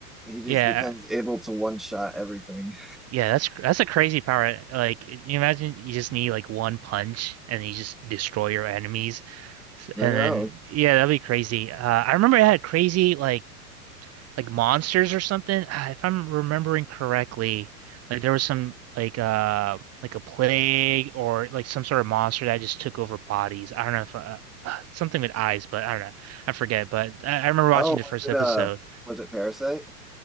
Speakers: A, in the centre; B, on the right (about 30°).
A: he just
B: Yeah.
A: becomes able to one shot everything.
B: Yeah, that's cr- that's a crazy power. Like you imagine you just need like one punch and you just destroy your enemies. S-
A: <laughs>
B: And
A: I know.
B: then yeah, that'd be crazy. Uh I remember it had crazy like like monsters or something. Ah, If I'm remembering correctly, like there was some like uh like a plague or like some sort of monster that just took over bodies. I don't know if uh, uh, something with eyes, but I don't know. I forget. But I, I remember watching
A: Oh,
B: the
A: was
B: first
A: it
B: episode.
A: uh was it Parasite?